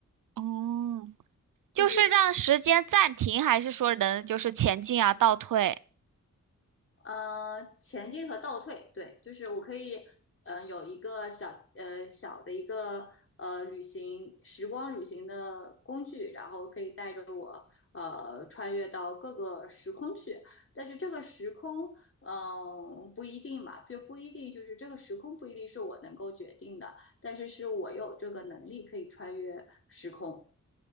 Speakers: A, on the right; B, on the left.
A: 哦，
B: 就是
A: 就是让时间暂停，还是说能就是前进啊、倒退？
B: 呃，前进和倒退，对，就是我可以，嗯、有一个小呃小的一个呃旅行时光旅行的工具，然后可以带着我呃穿越到各个时空去。但是这个时空，嗯、不一定嘛，就不一定就是这个时空不一定是我能够决定的，但是是我有这个能力可以穿越时空。